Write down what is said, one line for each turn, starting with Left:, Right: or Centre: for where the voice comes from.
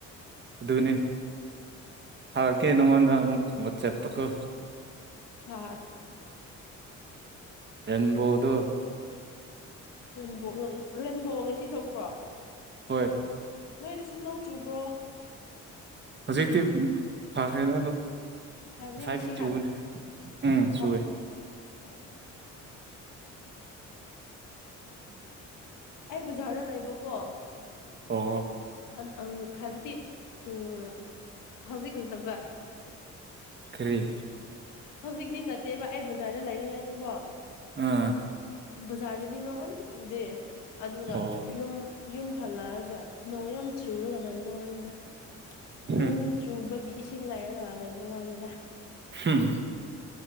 Right: ꯑꯗꯨꯅꯤ ꯊꯔꯛꯀꯦ ꯅꯪꯉꯣꯟꯗ ꯑꯃꯨꯛ ꯋꯥꯠꯆꯦꯄꯇꯀꯣ
Left: ꯍꯥ
Right: ꯑꯦꯕꯗꯨ
Left: ꯔꯕ ꯔꯦꯟꯕꯣ ꯉꯁꯤ ꯊꯣꯛ ꯀ꯭ꯔꯣ
Right: ꯍꯣꯏ
Left: ꯅꯣꯏꯗꯤ ꯁꯨꯝ ꯅꯣꯡ ꯆꯨꯕ꯭ꯔꯣ
Right: ꯍꯧꯖꯤꯛꯇꯤ ꯐꯈ꯭ꯔꯦꯗ ꯑꯗꯣ
Left: ꯍꯥꯏꯕꯗꯤ
Right: ꯉꯁꯥꯏꯗꯤ
Left: ꯉꯁꯤ
Right: ꯆꯨꯕꯅꯦ
Left: ꯍꯥꯏꯕ
Right: ꯎꯝ ꯆꯨꯋꯦ
Left: ꯑꯣ ꯑꯣ ꯑꯣ ꯑꯣ ꯑꯩ ꯕꯖꯥꯔꯗ ꯂꯩꯕꯀꯣ
Right: ꯑꯣ
Left: ꯑꯡ ꯑꯡ ꯍꯥꯏꯕꯗꯤ ꯎꯝ ꯍꯧꯖꯤꯛ ꯅꯠꯇꯕ
Right: ꯀꯔꯤ
Left: ꯍꯧꯖꯤꯛꯇꯤ ꯅꯠꯇꯦꯕ ꯑꯩ ꯕꯖꯥꯔꯗ ꯂꯩꯔꯤꯉꯥꯏꯗꯨꯀꯣ
Right: ꯑꯥ
Left: ꯕꯖꯥꯔꯗꯗꯤ ꯅꯣꯡꯇ ꯆꯨꯗꯦ ꯑꯗꯨꯒ
Right: ꯑꯣ
Left: ꯌꯨꯝ ꯌꯨꯝ ꯐꯂꯑꯒ ꯅꯣꯡ ꯌꯥꯝ ꯆꯨꯨꯔꯒ ꯂꯩꯕ ꯋꯥꯅꯤꯗ
Right: ꯍꯝ
Left: ꯅꯣꯡ ꯆꯨꯕꯒꯤ ꯏꯁꯤꯡ ꯂꯩꯥꯏꯔꯒ ꯂꯩꯕ ꯋꯥꯅꯤꯗ
Right: ꯎꯝ